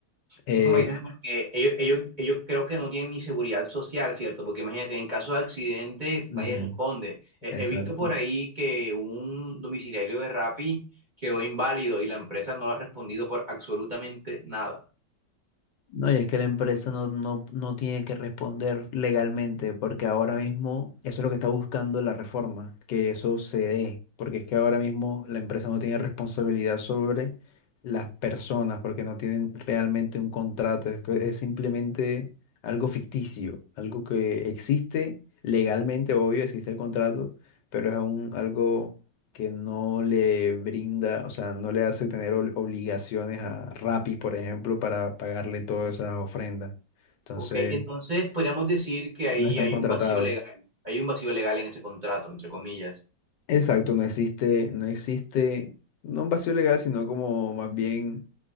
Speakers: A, on the left; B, on the right.
A: Eh,
B: Hijo, me dices porque ellos, ellos, ellos creo que no tienen ni seguridad social, ¿cierto? Porque imagínate, en caso de accidente nadie
A: ujú,
B: responde. He,
A: exacto.
B: he visto por ahí que un domiciliario de Rappi quedó inválido y la empresa no ha respondido por absolutamente nada.
A: No, y es que la empresa no, no, no tiene que responder legalmente, porque ahora mismo eso es lo que está buscando la reforma, que eso se dé, porque es que ahora mismo la empresa no tiene responsabilidad sobre las personas, porque no tienen realmente un contrato, es, que es simplemente algo ficticio, algo que existe legalmente, obvio, existe el contrato, pero es aún algo que no le brinda, o sea, no le hace tener ob- obligaciones a Rappi, por ejemplo, para pagarle todas esas ofrendas. Entonces,
B: Ok, entonces podríamos decir que ahí
A: no están
B: hay
A: Sí. contratados.
B: un vacío legal, hay un vacío legal en ese contrato, entre comillas.
A: Exacto, no existe, no existe, no un vacío legal, sino como más bien,